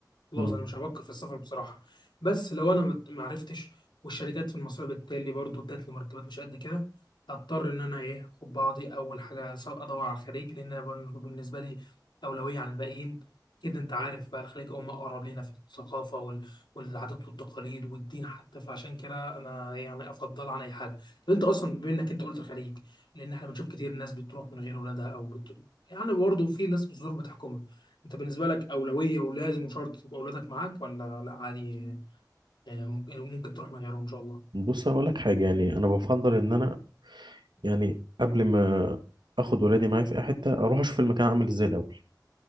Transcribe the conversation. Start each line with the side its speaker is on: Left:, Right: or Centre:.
Left: خلاص
Right: مم.
Left: انا مش هفكر في السفر بصراحه بس لو انا مت- ما عرفتش والشركات في المصريه بالتالي برضو ادت لي مرتبات مش قد كده هضطر ان انا ايه اخد بعضي اول حاجه أص- ادور على الخليج لان أنا بن- بالنسبه لي اولويه عن الباقيين كده انت عارف بقى الخليج هم اقرب لينا في الثقافه والعادات والتقاليد والدين حتى فعشان كده انا يعني افضل عن اي حاجه طب انت اصلا بما انك انت قلت الخليج لان احنا بنشوف كتير ناس بتروح من غير ولادها او بت... يعني برضه في ناس الظروف بتحكمها انت بالنسبه لك اولويه ولازم وشرط يبقى اولادك معاك ولا لا عادي آه، ممكن ممكن تروح من غيرهم ان شاء الله
Right: بص هقول لك حاجه يعني انا بفضل ان انا يعني قبل ما اخد ولادي معايا في اي حته اروح اشوف المكان عامل ازاي الاول